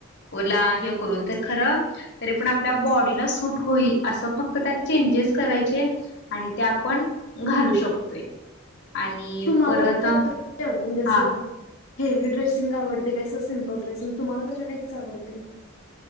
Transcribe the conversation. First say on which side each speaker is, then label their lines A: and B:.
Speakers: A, on the left; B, on the left.
A: ओला हे करून तर खरं, तरी पण आपल्या बॉडीला सूट होईल, असं फक्त त्यात चेंजेस करायचे. आणि त्या आपण घालू शकतोय. आणि
B: तू मला
A: परत
B: आवडत असं
A: हा
B: <inaudible> ''हेवी ड्रेसिंग आवडते का अस सिंपल ड्रेसिंग''? तुम्हाला कशाटाईपच आवडते?